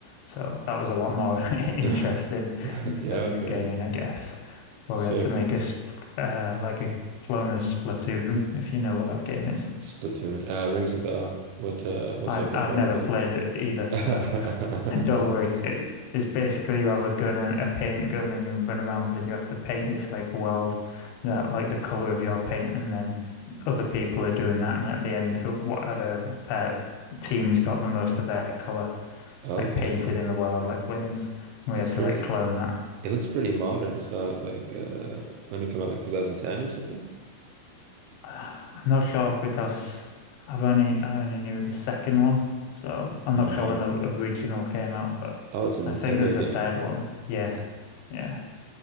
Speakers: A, on the left; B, on the right.
A: So that was a lot more <laughs> interesting
B: Yeah.
A: in terms
B: Yeah, okay.
A: of gaming, I guess, where
B: Sick.
A: we had to make a sp- uh, like a clone of Splatoon, if you know what that game is.
B: Splatoon. Uh, rings a bell. What uh what's
A: I
B: like the
A: I've
B: point
A: never
B: of it?
A: played it either,
B: <laughs>
A: so <laughs> Don't worry. It, it's basically you have a gun and a paint gun and you run around and you have to paint this like world that like the color of your paint and then other people are doing that and at the end who- whatever pair team's got the most of their color
B: Okay.
A: like painted in the world like wins. And
B: It's
A: we had
B: crazy.
A: to like clone that.
B: It looks pretty modern. It's not like uh when it come out like 2010 or something?
A: <sighs> I'm not sure because I've only I only knew the second one, so I'm
B: Mm.
A: not sure when the original came out, but
B: Oh, it's a Nintendo
A: I think there's
B: game.
A: a third one. Yeah.
B: Y-
A: Yeah.